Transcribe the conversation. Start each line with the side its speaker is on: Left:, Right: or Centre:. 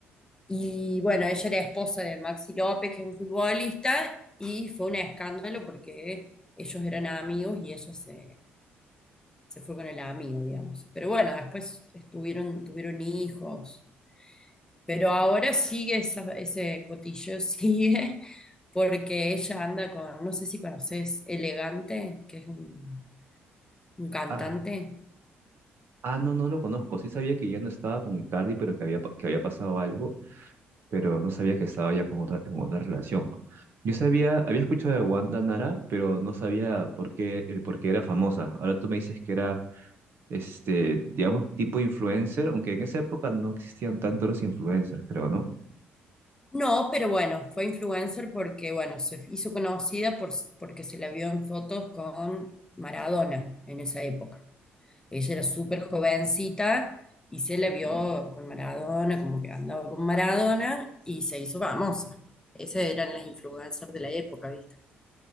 Left: Y bueno, ella era esposa de Maxi López, que es un futbolista, y fue un escándalo porque ellos eran amigos y ella se, se fue con el amigo, digamos. Pero bueno, después estuvieron, tuvieron hijos. Pero ahora sigue esa- ese cotilleo, <laughs> sigue, porque ella anda con, no sé si conoces, Elegante, que es un, un cantante.
Right: Ah, ah, no, no lo conozco. Sí sabía que ya no estaba con Icardi, pero que había, pa- que había pasado algo. pero no sabía que estaba ya con otra, en otra relación. Yo sabía, había escuchado de Wanda Nara, pero no sabía por qué, el por qué era famosa. Ahora tú me dices que era, este, digamos, tipo influencer, aunque en esa época no existían tanto los influencers, creo, ¿no?
Left: No, pero bueno, fue influencer porque, bueno, se hizo conocida por, porque se la vio en fotos con Maradona en esa época. Ella era súper jovencita y se la vio con Maradona, como que andaba con Maradona y se hizo famosa. Esas eran las influencers de la época, ¿viste?